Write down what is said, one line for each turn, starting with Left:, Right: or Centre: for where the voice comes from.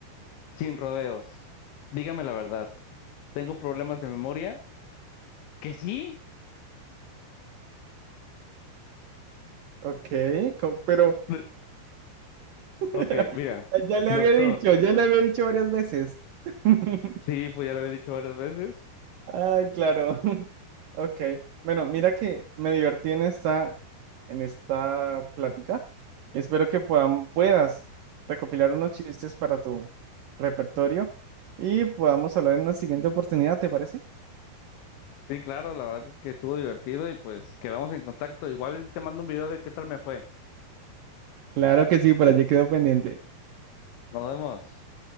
Left: Sin rodeos. Dígame la verdad. ¿Tengo problemas de memoria? ¿Que sí?
Right: ok, co- pero
Left: Lo-
Right: <laughs>
Left: Ok, mira.
Right: ya le
Left: Doctor.
Right: había dicho, ya le había dicho varias veces. <laughs>
Left: Sí, pues ya lo había dicho varias veces.
Right: Ah, claro. <laughs> Ok. Bueno, mira que me divertí en esta, en esta plática. Espero que puedan, puedas recopilar unos chistes para tu repertorio y podamos hablar en una siguiente oportunidad, ¿te parece?
Left: Sí, claro, la verdad es que estuvo divertido y pues quedamos en contacto. Igual te mando un video de qué tal me fue.
Right: Claro que sí, por allí quedó pendiente.
Left: Nos vemos.